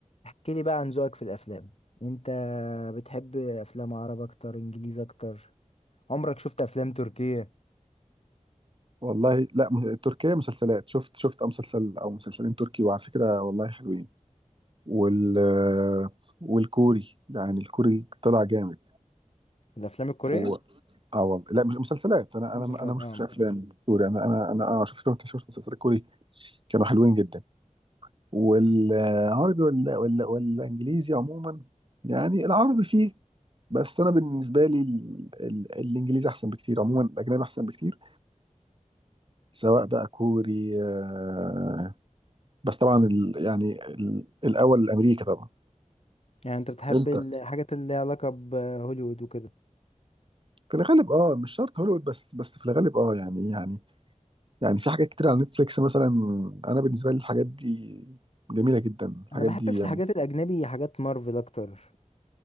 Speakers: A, on the left; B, on the right.
A: احكي لي بقى عن ذوقك في الافلام انت بتحب افلام عرب اكتر انجليزي اكتر عمرك شفت افلام تركية
B: والله لا م- تركيا مسلسلات شفت شفت مسلسل او مسلسلين تركي وعلى فكره والله حلوين وال والكوري يعني الكوري طلع جامد
A: الافلام الكورية
B: و... اه والله لا مش مسلسلات انا
A: مسلسلات
B: انا انا ما
A: اه
B: شفتش افلام كوري انا انا انا اه شفت شفت شفت مسلسلات كوري كانوا حلوين جدا والعربي ولا ولا والانجليزي عموما يعني العربي فيه بس انا بالنسبه لي ال... ال... الانجليزي احسن بكتير عموما الاجنبي احسن بكتير سواء بقى كوري آه، بس طبعا ال... يعني ال... الاول الامريكي طبعا
A: يعني انت بتحب
B: انت
A: الحاجات اللي ليها علاقة بهوليوود وكده
B: في الغالب اه مش شرط هوليوود بس بس في الغالب اه يعني يعني يعني في حاجات كتير على نتفليكس مثلا انا بالنسبه لي الحاجات دي جميله جدا الحاجات
A: انا بحب
B: دي
A: في
B: يعني
A: الحاجات الاجنبي حاجات مارفل اكتر